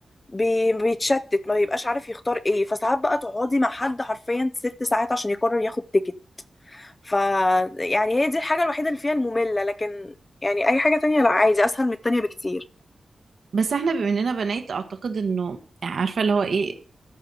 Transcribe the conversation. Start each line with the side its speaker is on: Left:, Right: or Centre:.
Left: بي- بيتشتت ما بيبقاش عارف يختار ايه فساعات بقى تقعدي مع حد حرفيا ست ساعات عشان يقرر ياخد تيكت ف يعني هي دي الحاجه الوحيده اللي فيها الممله لكن يعني اي حاجه تانية لا عادي اسهل من التانية بكتير
Right: بس احنا بما اننا بنات اعتقد انه يعني عارفه اللي هو ايه